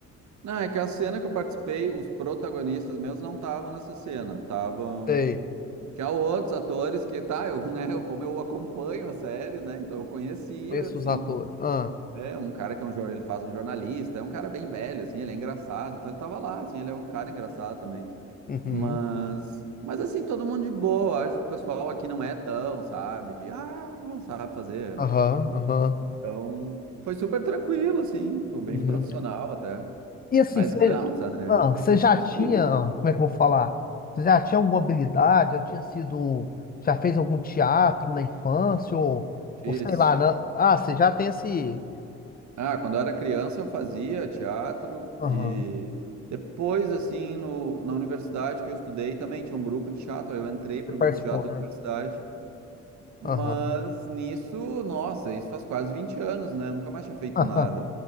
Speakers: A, on the right (about 70°); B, on the left (about 30°).
A: Não, é que a cena que eu participei, os protagonistas meus não estavam nessa cena, estavam.
B: Sei,
A: Tinha outros atores que, tá, eu, <laughs> né, eu, como eu acompanho a série, né, então eu conhecia,
B: conheço
A: assim,
B: os atores. Ah,
A: é um cara que é um, jor- ele faz um jornalista, é um cara bem velho, assim, ele é engraçado, então ele tava lá, assim, ele é um cara engraçado também,
B: uhum,
A: mas, mas assim, todo mundo de boa, acho que o pessoal aqui não é tão, sabe, de, ah, não sabe fazer,
B: aham, aham,
A: então foi super tranquilo, assim, foi bem
B: uhum.
A: profissional até,
B: E assim,
A: mas
B: você,
A: cansa, né,
B: ah,
A: é
B: você
A: cansativo,
B: já tinha, ah, como é que eu vou falar? Você já tinha alguma habilidade, já tinha sido, já fez algum teatro na infância, ou,
A: difícil.
B: ou sei lá, né? Ah, você já tem esse,
A: Ah, quando eu era criança eu fazia teatro
B: aham,
A: e depois, assim, no, na universidade que eu estudei também tinha um grupo de teatro, aí eu entrei para
B: Você
A: o
B: participou,
A: grupo de teatro
B: né?
A: da universidade, mas
B: Aham.
A: nisso, nossa, isso faz quase 20 anos, né? Eu nunca mais tinha feito
B: <laughs>
A: nada.